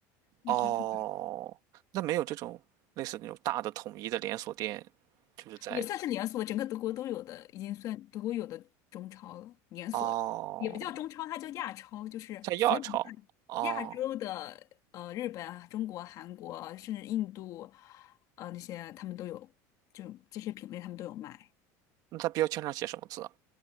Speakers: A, on the left; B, on the right.
A: <laughs> 就是他
B: 哦，那没有这种类似那种大的统一的连锁店，就是在
A: 也算是连锁，整个德国都有的，已经算德国有的中超了。连锁也不叫中超，
B: 哦，
A: 它叫亚超，就是所有
B: 在亚超。哦，
A: 亚洲的，呃，日本啊、中国、韩国啊，甚至印度，呃，那些他们都有，就这些品类他们都有卖。
B: 那它标签上写什么字啊